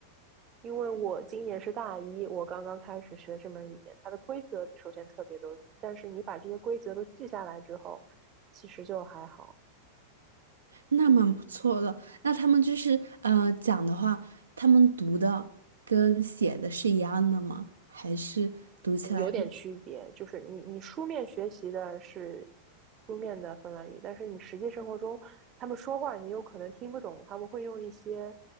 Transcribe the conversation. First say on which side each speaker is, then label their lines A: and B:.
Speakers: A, on the right; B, on the right.
A: 因为我今年是大一，我刚刚开始学这门语言，它的规则首先特别多，但是你把这些规则都记下来之后，其实就还好。
B: 那蛮不错的。那他们就是呃讲的话，他们读的跟写的是一样的吗？还是读起来会？
A: 有点区别，就是你你书面学习的是书面的芬兰语，但是你实际生活中他们说话，你有可能听不懂，他们会用一些